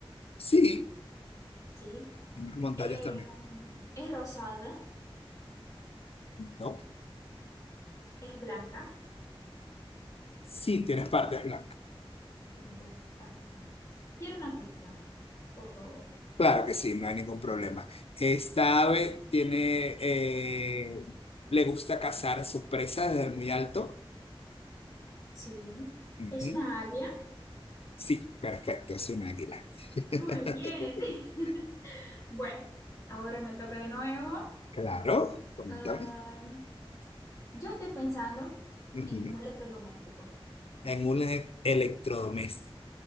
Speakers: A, on the left; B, on the left.
A: Sí.
B: ¿sí?
A: En las montañas
B: Eh,
A: también.
B: es rosada,
A: No.
B: es blanca,
A: Sí tienes partes blancas.
B: tiene bla- patas blancas. Quiero una pista, por favor.
A: Claro que sí, no hay ningún problema. Esta ave tiene, eh, le gusta cazar a sus presas desde muy alto.
B: Sí,
A: Ujú.
B: es una águila.
A: Sí, perfecto, es un águila. <laughs>
B: Muy bien. <laughs> Bueno, ahora me toca de nuevo.
A: Claro, pregúntame.
B: Am, yo estoy pensando
A: Ujú.
B: en un electrodoméstico.
A: En un ele- electrodoméstico.